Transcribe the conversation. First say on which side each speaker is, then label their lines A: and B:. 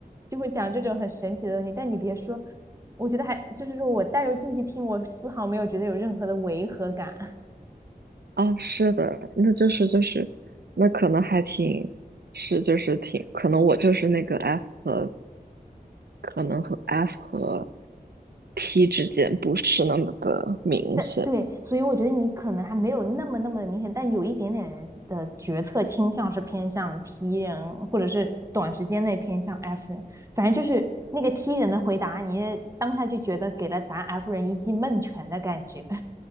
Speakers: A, on the right; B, on the right.
A: 就会讲这种很神奇的东西，但你别说。我觉得还就是说我带入进去听，我丝毫没有觉得有任何的违和感。
B: 啊，是的，那就是就是，那可能还挺是就是挺，可能我就是那个 F 和可能和 F 和 T 之间不是那么的明显。
A: 但对，所以我觉得你可能还没有那么那么的明显，但有一点点的决策倾向是偏向 T 人，或者是短时间内偏向 F 人。反正就是那个 T 人的回答，你当下就觉得给了咱 F 人一记闷拳的感觉，<laughs>